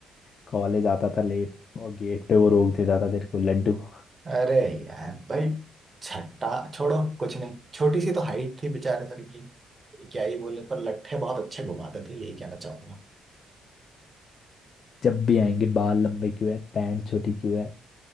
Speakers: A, on the left (about 50°); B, on the right (about 30°).
A: कॉलेज आता था लेट और गेट पे वो रोक देता था तेरे को लड्डू
B: अरे यार भाई छट्टा छोड़ो कुछ नहीं छोटी सी तो हाइट थी बेचारे सर की क्या ही बोले पर लट्ठे बहुत अच्छे घुमाते थे यही कहना चाहूंगा
A: जब भी आएंगे बाल लंबे क्यों है पैंट छोटी क्यों है